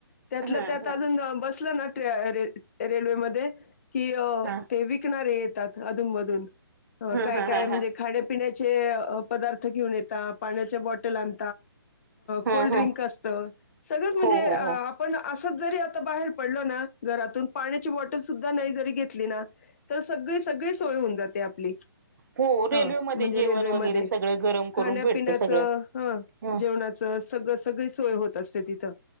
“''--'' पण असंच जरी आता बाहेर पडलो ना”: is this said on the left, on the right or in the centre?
Left